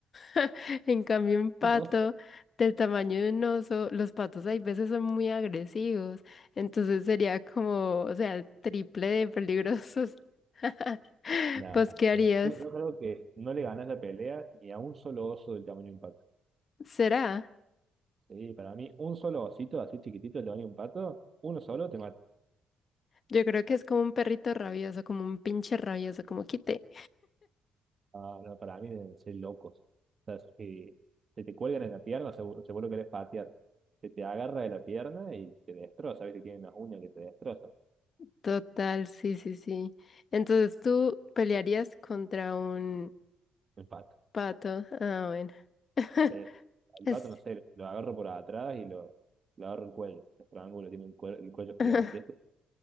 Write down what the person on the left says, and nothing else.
<laughs> En cambio, un pato
del tamaño de un oso, los patos hay veces son muy agresivos, entonces sería como, o sea, el triple de peligrosos. <laughs>
¿Vos qué harías?
¿Será?
Yo creo que es como un perrito rabioso, como un pinche rabioso, como quite.
Total, sí, sí, sí. Entonces tú pelearías contra un
pato. Ah, bueno. <laughs>
Es-
<laughs>